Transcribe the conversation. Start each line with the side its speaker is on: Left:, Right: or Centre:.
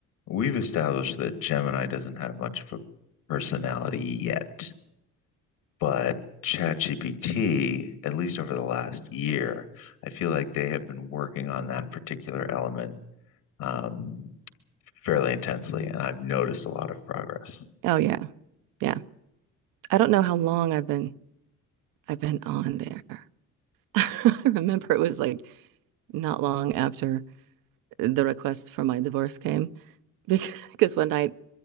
Left: We've established that Gemini doesn't have much of a personality yet, but ChatGPT, at least over the last year, I feel like they have been working on that particular element um, fairly intensely, and I've noticed a lot of progress.
Right: Oh yeah. Yeah. I don't know how long I've been I've been on there. <laughs> I remember it was like not long after the request for my divorce came. <laughs> Because one night,